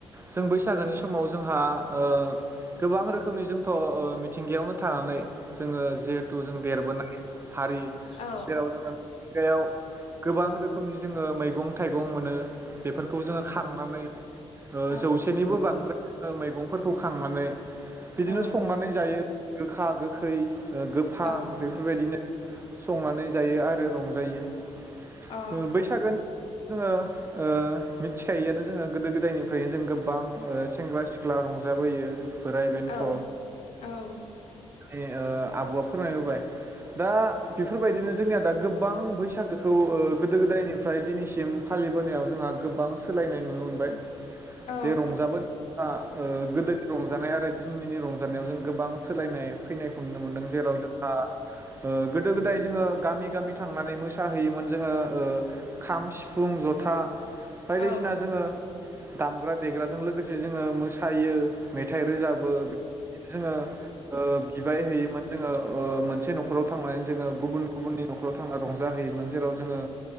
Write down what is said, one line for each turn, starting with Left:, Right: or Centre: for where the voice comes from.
Right: जों बैसागोनि समाव जोंहा ओ गोबां रोखोमनि जोंथ' ओ मिथिंगायावनो थानानै जोङो जिहेथु जों देरबोनाय हारि
Left: औ
Right: जेराव जोङो मिथिंगायाव गोबां रोखोमनि जोङो मैगं-थाइगं मोनो। बेफोरखौ जोङो खांनानै जौसेनिबो
Left: औ
Right: बां बांद्राय ओ मैगंफोरखौ खांनानै बिदिनो
Left: औ
Right: संनानै जायो। गोखा गोखै गोफा
Left: औ
Right: बेफोरबायदिनो संनानै जायो आरो रंजायो।
Left: अ
Right: ओ बैसागो जोङो ओ मिथिखायोआनो जोङो गोदो-गोदायनिफ्रायनो जों गोबां ओ सेंग्रा-सिख्ला रंजाबोयो बोराय-बेन्थ'
Left: औ औ
Right: ए ओ आबौआ फोरमायबोबाय। दा बेफोरबायदिनो जोंनिया दा गोबां बैसागोखौ ओ गोदो-गोदायनिफ्राय दिनैसिम फालिबोनायाव जोंहा गोबां सोलायनाय नुनो मोनबाय।
Left: औ
Right: बे रंजाबोनायफ्रा ओ गोदोनि रंजानाय आरो दिनै दिनि रंजानायाव जों गोबां सोलायनाय फैनायखौ नुनो मोनदों जेराव जों हा ओ गोदो-गोदाय जोङो गामि गामि थांनानै मोसाहैयोमोन जोङो ओ खाम, सिफुं, जथा बायदिसिना
Left: औ
Right: जोङो दामग्रा-देग्राजों लोगोसे जोङो मोसायो मेथाइ रोजाबो बेफोरनो जोङो ओ बिबाय हैयोमोन जोङो ओ मोनसे न'खराव थांनानै जोङो गुबुन गुबुननि न'खराव थांना रंजाहैयोमोन जेराव जोङो